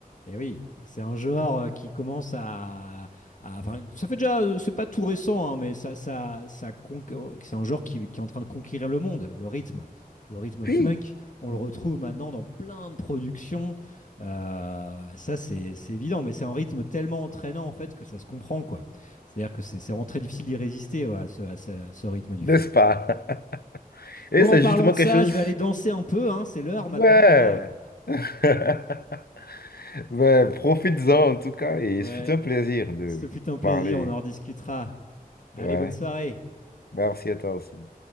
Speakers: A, on the left; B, on the left.
A: eh oui. C'est un genre euh, qui commence à, à- enfin, ça fait déjà, euh, c'est pas tout récent, hein, mais ça, ça, ça conqué- c'est un genre qui, qui est en train de conquérir le monde, le rythme. Le rythme
B: Puis,
A: funk, on le retrouve maintenant dans plein de productions. Euh, ça, c'est, c'est évident, mais c'est un rythme tellement entraînant, en fait, que ça se comprend, quoi. C'est-à-dire que c'est c'est vraiment très difficile d'y résister, ouais, à ce, à ce- à ce rythme du
B: N'est-ce
A: funk.
B: pas? <laughs> Et
A: Bon,
B: c'est
A: en parlant
B: justement
A: de
B: quelque
A: ça,
B: chose.
A: je vais aller danser un peu, hein, c'est l'heure
B: Ouais.
A: maintenant, là.
B: <laughs> Ouais, profites-en en tout cas et
A: Ouais.
B: ce fut un plaisir de
A: Ce fut un plaisir,
B: parler.
A: on en rediscutera. Allez,
B: Ouais.
A: bonne soirée.
B: Merci à toi aussi.